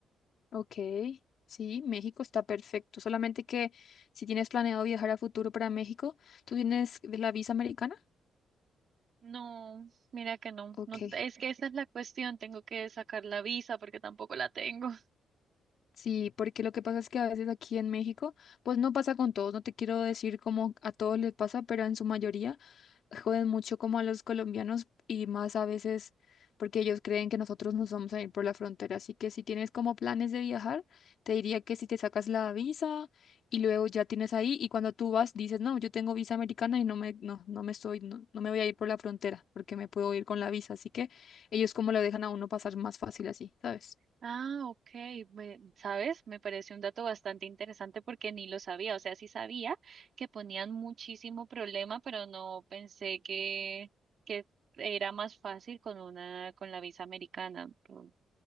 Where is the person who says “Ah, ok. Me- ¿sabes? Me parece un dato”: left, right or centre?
Right